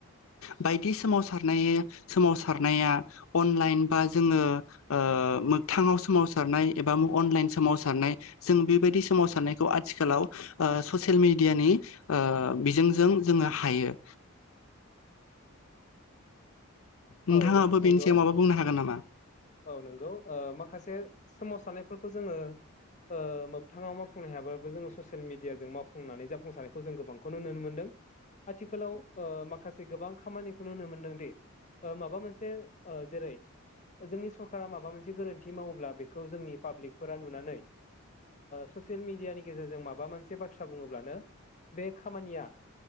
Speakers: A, on the left; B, on the left.
A: बायदि सोमावसारनाय सोमावसारनाया अन लाइन बा जोङो ओ मोगथांव सोमावसारनाय एबा अनलाइन सोमावसारनाय जों बेबायदि सोमावसारनायखौ आथिखालाव ओ ससियेल मिडियानि ओ बिजोंजों जोङो हायो।
B: औ
A: नोंथाङाबो बेनि
B: नंगौ
A: सायाव माबा बुंनो हागोन नामा?
B: औ नोंगौ ओ माखासे सोमावसारनायफोरखौ जोङो ओ मोगथाङाव मावफुंनो हायाबाबो जोङो ससियेल मिडियाजों मावफुंनानै जाफुंसारनायखौ जों गोबांखौनो नुनो मोनदों आथिखालाव ओ माखासे गोबां खामानिखौ नुनो मोनदों दि माबा मोनसे जेरै जोंनि सरकारा माबा मोनसे गोरोन्थि मावोब्ला बेखौ जोंनि पाब्लिकफोरा नुनानै ससियेल मिडियानि गेजेरजों माबा मोनसे बाथ्रा बुङोब्लानो बे खामानिया